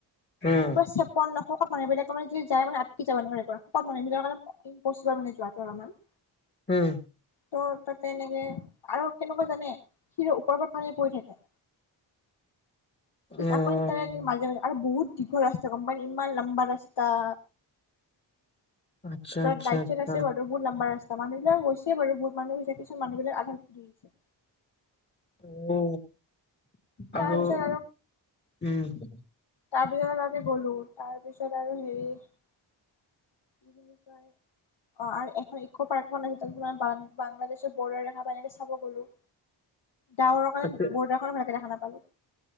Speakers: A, on the left; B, on the left.
A: উম,
B: মানে প চেপন ন শকত মানুহবিলাক মানে যদি যায় মে আকি যাব নোৱাৰিব শকত মানুহবাকা, ইম্পচিবাৰ মানে যোৱাটো অলপমান।
A: উম,
B: ত পথ্ৰৰ্কজ্ঞ <unintelligible> তেনেকে আৰু কেনেকুৱা জানে শিৰৰ ওপৰৰ পৰা পানী পৰি থাকে।
A: অ',
B: আপুনি তাৰ মাজে-মাজে আৰু বহুত দীৰ্ঘ ৰাস্তা গম পান ইমান লম্বা ৰাস্তা।
A: আচ্ছা,
B: তত
A: আচ্ছা,
B: বাইত
A: আচ্ছা,
B: চাইড আছে বাৰু। বহুত লাম্বা ৰাস্তা মানুহবিলাক গৈছে বাৰু বহুত মানুহ গৈছে কিছু মানুহ বিলাক আধা ঘুৰি আহিছে।
A: অ,
B: তাৰ
A: আৰু
B: পিছত
A: উম,
B: তাৰপিছত আমি গ'লো তাৰপিছত আৰু হেই কি বুলি কয় অ, আৰু এখন ইকো পাৰ্ক এখন আছে তাতে তোমাৰং বাংলাদেশৰ বৰাৰ ৰেখা প এনেকে চাব গ'লো। ডাৱৰৰ কাৰণে
A: তাতে
B: বৰদাৰ খনো ভালকে দেখা নাপালো।